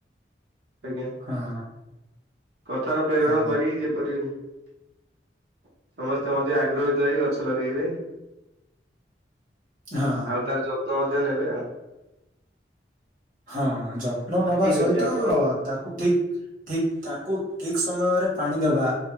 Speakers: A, on the right (about 70°); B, on the right (about 50°).
A: ଆଜ୍ଞା
B: ହଁ।
A: କଥାର ପ୍ରେରଣ
B: ହଁ
A: କରି ଯେପରି। ସମସ୍ତେ ମଧ୍ୟ ଆଗ୍ରହୀତ ହେଇ ଗଛ ଲଗେଇବେ।
B: ହଁ
A: ଆଉ ତାର ଯତ୍ନ ଅ ନ ନେବେ ଆଉ
B: ହଁ ଯତ୍ନ
A: ଏ
B: ନବା
A: ଠିକ
B: ସହିତ,
A: ଅଛି ଆପଣ
B: ତାକୁ ଠିକ। ଠିକ ତାଙ୍କୁ ଠିକ ସମୟରେ ପାଣି ଦବା,